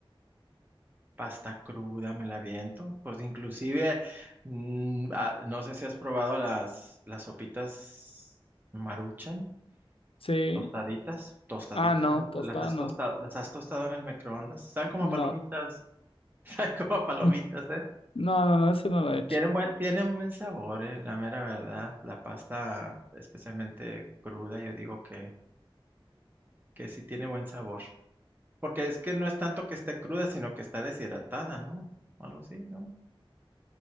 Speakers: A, on the right; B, on the left.
A: Pasta cruda, me la aviento. Pues inclusive, mm, ah, no sé si has probado las, las sopitas Maruchan,
B: Sí.
A: tostaditas, tostaditas,
B: Ah, no, tostada
A: las has
B: no.
A: tostado, las has tostado en el microondas. Saben como
B: No.
A: a palomitas, <laughs> saben como a palomitas,
B: <laughs>
A: ¿eh?
B: No, no, no, ese no lo he hecho.
A: Tienen buen, tienen buen sabor, eh, la mera verdad. La pasta, especialmente cruda, yo digo que, que sí tiene buen sabor. Porque es que no es tanto que esté cruda, sino que está deshidratada, ¿no? Algo así, ¿no?